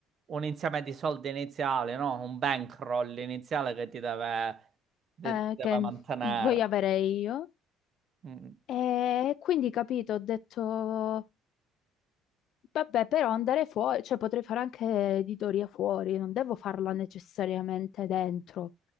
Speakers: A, on the right; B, on the left.
A: un insieme di soldi iniziali, no? Un bankroll iniziale che ti deve, de-
B: eh,
A: deve
B: che
A: mantenere.
B: voglio avere io.
A: Mm,
B: E quindi, capito, ho detto, vabbè, però andare fuori, cioè potrei fare anche editoria fuori, non devo farla necessariamente dentro,